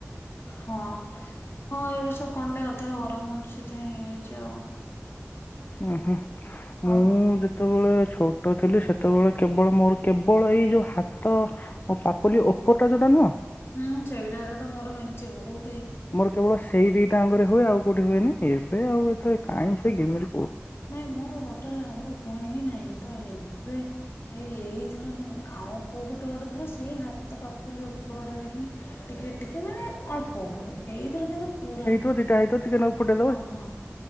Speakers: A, on the left; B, on the left.
A: ହଁ ହଁ ଏବର୍ଷ କଣ୍ଡେ ଅଧିକ ଗରମ ହଉଚି ସେ ଥି ହେଇଯାଉଚି।
B: ଉ ହୁଁ ମୁଁ
A: ଆଉ
B: ଯେ ଯେତେବେଳେ ଛୋଟ ଥିଲି ସେତେବେଳେ କେବଳ ମୋର କେବଳ ଏଇ ଯେଉଁ ହାତ ପାପୁଲି ଓପୋରଟା ଯୋଉଟା ନୁହଁ
A: ହୁଁ ସେଇଟାରେତ ମୋର ମେଞ୍ଚେ ବହୁତ୍
B: ମୋର କେବଳ ସେଇ ଦିଟା ଆଙ୍ଗରେ ହୁଏ ଆଉ କୋଉଠି ହୁଏନି ଏବେ ଆଉ ଏ କାଇଁ ସେ ଘିମିର
A: ନାଇଁ ମୋର ଟୋଟାଲି ଆଗରୁ ହୁଏହିଁ ନାହିଁତ ଏବେ ଏଇ ଏଇଥର କେମତି ଆଉ କୋଉ ଗୋଟେ ଗୋଟେ ଥର ସେଇ ହାତ ପାପୁଲି ଉପରଟାରେ ହିଁ ଟିକେ ଟିକେ ମାନେ ଅଳ୍ପ ହୁଏ ଏଇଥିର କିନ୍ତୁ ପୁରା
B: ଦୁଇଟା ହେଇଥିବ ଟିକେନାଗରୁ ଫୁଟେ
A: ହଁ ହଁ